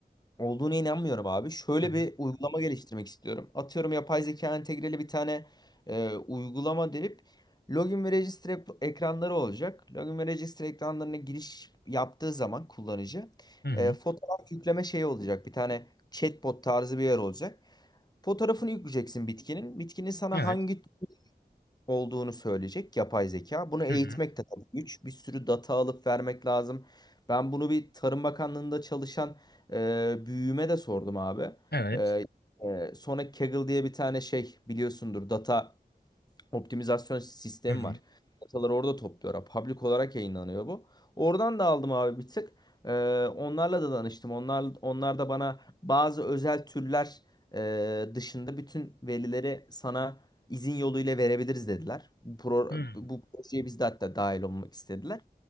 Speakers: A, on the left (about 25°); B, on the left (about 75°).
A: olduğuna inanmıyorum abi. Şöyle
B: Hı hı.
A: bir uygulama geliştirmek istiyorum. Atıyorum yapay zeka entegreli bir tane e, uygulama derip login ve register ek- ekranları olacak. Login ve register ekranlarına giriş yaptığı zaman kullanıcı
B: Hı hı.
A: e, fotoğraf yükleme şeyi olacak. Bir tane chatbot tarzı bir yer olacak. Fotoğrafını yükleyeceksin bitkinin. Bitkinin sana
B: Evet.
A: hangi olduğunu söyleyecek yapay zeka. Bunu eğitmek
B: Hı hı.
A: de tabii güç. Bir sürü data alıp vermek lazım. Ben bunu bir Tarım Bakanlığı'nda çalışan e, büyüğüme de sordum abi.
B: Evet.
A: E, e, sonra Kaggle diye bir tane şey biliyorsundur data optimizasyon sistemi
B: Hı hı.
A: var. Dataları orada topluyorlar. Public olarak yayınlanıyor bu. Oradan da aldım abi bir tık. Ee, onlarla da danıştım. Onlar, onlar da bana bazı özel türler e, dışında bütün verileri sana izin yoluyla verebiliriz dediler. Bu, pro,
B: Hı
A: bu projeye biz de hatta dahil olmak istediler.